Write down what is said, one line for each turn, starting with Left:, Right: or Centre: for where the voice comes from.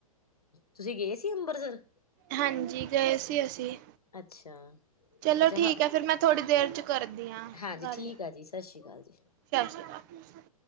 Left: ਤੁਸੀਂ ਗਏ ਸੀ ਅੰਮਰਿਤਸਰ।
Right: ਹਾਂਜੀ ਗਏ ਸੀ ਅਸੀਂ
Left: ਅੱਛਾ,
Right: ਚਲੋ
Left: ਅੱਛਾ
Right: ਠੀਕ
Left: ਹਾਂ
Right: ਹੈ ਫੇਿਰ ਮੈਂ ਥੋੜ੍ਹੀ ਦੇਰ ਚ ਕਰਦੀ ਹਾਂ
Left: ਹਾਂਜੀ
Right: ਗੱਲ।
Left: ਠੀਕ ਆ ਜੀ, ਸਤਿ ਸ਼੍ਰੀ ਅਕਾਲ ਜੀ।
Right: ਸ਼੍ਰੀ ਅਕਾਲ।